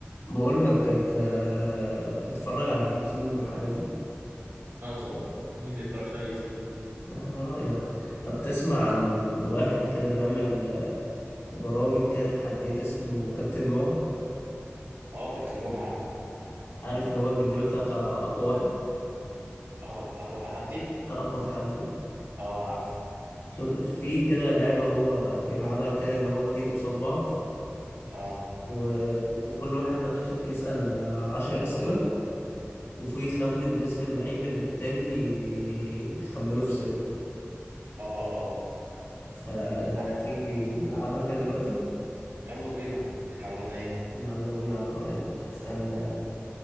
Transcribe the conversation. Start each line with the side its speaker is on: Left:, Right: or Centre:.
Left: بقول لك انت بتتفرج على اليوتيوب والحاجات دي
Right: اه طبعا مين اللي يتفرجش على اليوتيوب
Left: على رأيك طب تسمع عن واحد كده بيعمل برامج كده تحديات اسمه كابتن جمعة
Right: اه كابتن جمعة عارفه طبعا
Left: عارف اللي هو البرنامج بتاع بتاع أقوى واحد
Right: اقوى اقوى تحدي
Left: آه، أقوى تحدي ده
Right: اه عارف
Left: شوف، في كده لعبة هو بيلعبها كده اللي هو اتنين قصاد بعض
Right: اه
Left: وكل واحد بيقعد يش- يسأل عشر أسئلة وفي يخمن اسم اللعيب اللي التاني بيخمنه في سره
Right: اه اه
Left: فتيجي
Right: عارف عارف
Left: نلعبها كده دلوقتي
Right: يلا بينا احنا ورانا ايه
Left: يلا بينا على رأيك هستنى